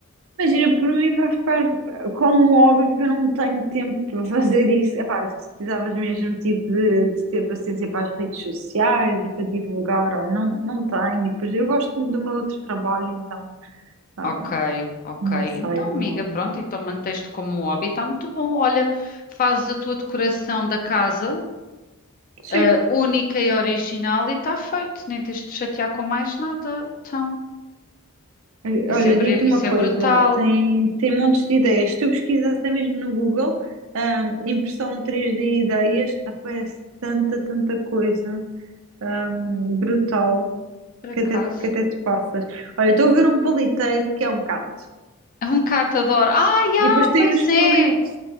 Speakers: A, on the right; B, on the left.
A: Imagina, por mim vai ficar eh, como óbvio que eu não tenho tempo para fazer isso. Epá, tu precisavas mesmo tipo de, de ter paciência para as redes sociais e para divulgar. Olha, não, não tenho. E depois eu gosto do meu outro trabalho, então. ah,
B: Ok, ok.
A: Não sei,
B: Então,
A: não.
B: amiga, pronto, então manteste como um hobby, está muito bom. Olha, fazes a tua decoração da casa,
A: Sim.
B: ah, única e original, e está feito. Nem tens de te chatear com mais nada. Então,
A: Eh,
B: isso
A: Olha,
B: é, br-
A: digo-te
B: isso
A: uma coisa,
B: é brutal.
A: tem, tem montes de ideias. Se tu pesquisas até mesmo no Google, ahm, impressão três d e ideias, aparece tanta, tanta coisa, ahm, brutal,
B: Por acaso.
A: que até, que até te passas. Olha, estou a ver um paliteiro que é um gato.
B: É um catador. Ah, já,
A: E depois tem
B: pois
A: os
B: é.
A: palitos